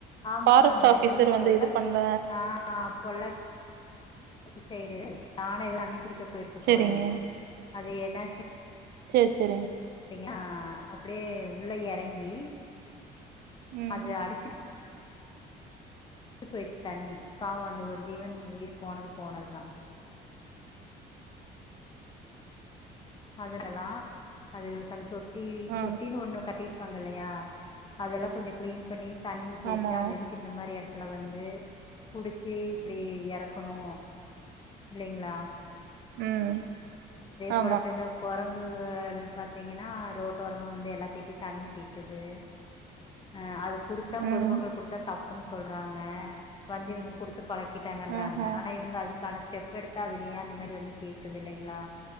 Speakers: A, on the left; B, on the right.
A: ஆமாங்க
B: ஃபாரஸ்ட் ஆஃபீசர்
A: இது வந்து பொள்ளாச்சி
B: இது பண்ல
A: ஆ ஆ பொள்ளாச் ச்சி சைடு யானை தண்ணி குடிக்க போயிருக்கு
B: செரிங்க
A: போலேங்க அது என்னாச்சு
B: சேரி சேரிங்க
A: யா அப்டியே உள்ள எறங்கி
B: ம்
A: அது அடிச்சுட்டு ட்டு போயிருச்சு தண்ணி பாவோ அந்த ஒரு ஜீவன் உயிர் போனது போனதுதா அதுல எல்லா அதுங்க <unintelligible> டீ
B: ஆ
A: தொட்டினு ஒண்ணு கட்டி ப்பாங்க இல்லையா அதெல்லாம் கொஞ்சோ க்ளீன் பண்ணி தண்ணி ஊத்தி
B: ஆமா
A: வச்சா அது எதுக்கு இந்த மாறி எ டத்துல வந்து குடிச்சு இப்டி எறக்கணு இல்லைங்ளா
B: உம் -ஆ
A: பொளசண்ட கொரங்கு அதப்பாத் பாத்தீங்கனா ரோட்டோரமா வந்து எல்லாத்திட்டியு தண்ணி கேக்குது அ -அது குடுத்தா
B: ம்
A: பொதுமக்கள் குடுத்தா தப்புன் சொல்றாங்க வந்து இவுங்க குடுத் பழக்கிட்டாங்கன்றாங்க
B: ஆஹா
A: ஆனா இவங்க அதுக்கான ஸ்டெப்பெடுத்தா அதுங்க அந்த மாறி வந்து கேக்குது இல்லைங்களா